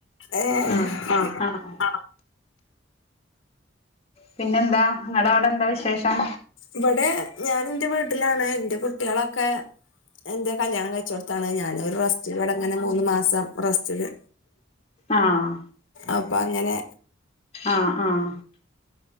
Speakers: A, on the left; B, on the left.
A: ഏ
B: ആഹ്
A: ആഹ
B: ആഹ് പിന്നെന്താ നിങ്ങളുടെ അവിടെ എന്താ വിശേഷം
A: ഇവിടെ ഞാൻ എന്റെ വീട്ടിലാണ് എന്റെ കുട്ടികളൊക്കെ എന്റെ കല്യാണം കഴിച്ച കൊടുത്താണ് ഞാനൻ ഒരു റസ്റ്റില് വടങ്ങനെ മൂന്ന്ു മാസം റസ്റ്റില്
B: ആഹ്
A: അപ്പൊ അങ്ങനെ
B: ആഹ ആഹ